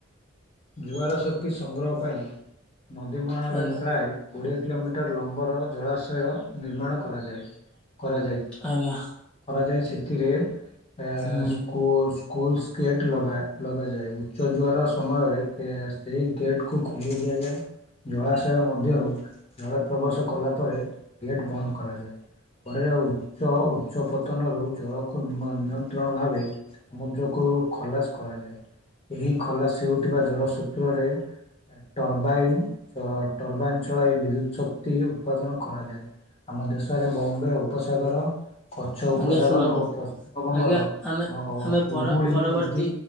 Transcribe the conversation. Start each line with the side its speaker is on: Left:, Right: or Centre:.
Left: ଜୁଆର ଶକ୍ତି ସଂଗ୍ରହ ପାଇଁ ନଦୀମାଳାରେ
Centre: ଆଜ୍ଞା
Left: ପ୍ରାୟ କୋଡ଼ିଏ କିଲୋମିଟର ଲମ୍ବର ଜଳାଶୟ <unintelligible> ନିର୍ମାଣ କରାଯାଏ କରାଯାଇ
Centre: ଆଜ୍ଞା
Left: କରାଯାଇଛି। ସେଥିରେ ଏ
Centre: ହୁଁ
Left: ସ୍କୁଲ ସ୍କୁଲ ସ୍କେଟ ଲଗା ଲଗାଯାଏ ଉଚ୍ଚ ଜୁଆର ସମୟରେ ସେହି ଗେଟ୍କୁ ଖୋଲି ଦିଆଯାଏ ଜଳାଶୟ ମଧ୍ୟରୁ ଜଳ ପ୍ରବେଶ କଲା ପରେ ଗେଟ୍ ବନ୍ଦ କରାଯାଏ ପରେ ଉଚ୍ଚ ଉଚ୍ଚ ପତନରୁ ଜଳକୁ ନିୟନ୍ତ୍ରଣ ଭାବେ ସମୁଦ୍ରକୁ ଖଲାସ କରାଯାଏ ଏହି ଖଲାସ ହେଉ ଥିବା ଜଳ ସୂତ୍ରରେ ଟରବାଇନ ଟରବାଇନ୍ ଚଳାଇ ବିଦ୍ୟୁତ୍ ଶକ୍ତି ଉତ୍ପାଦନ କରାଯାଏ ଆମ ଦେଶରେ ବମ୍ବେ ଉପସାଗର କଚ୍ଛ ଉପସାଗର
Centre: ଆଜ୍ଞା ଶୁଣନ୍ତୁ।
Left: ଓ ପଶ୍ଚିମବଙ୍ଗର
Centre: ଆଜ୍ଞା ଆମେ ଆମେ
Left: ହୁଗୁଳି
Centre: ପର ପରବର୍ତ୍ତୀ
Left: ନଦୀ